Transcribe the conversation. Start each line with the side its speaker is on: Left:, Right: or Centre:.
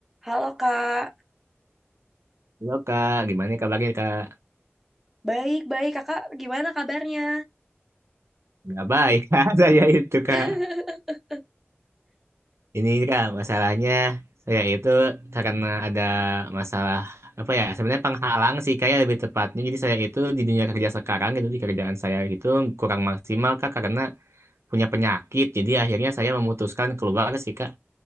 Centre: Halo Kak,
Right: Halo kak, gimana nih kabarnya kak?
Centre: baik-baik Kakak gimana kabarnya?
Right: nggak baik <laughs> kak, saya itu
Centre: <laughs>
Right: kak. Ini kak, masalahnya saya itu karena ada masalah apa ya? Sebenarnya penghalang sih kayak lebih tepatnya. Jadi saya itu di dunia kerja sekarang itu di kerjaan saya itu kurang maksimal kak karena punya penyakit. Jadi akhirnya saya memutuskan keluar sih kak.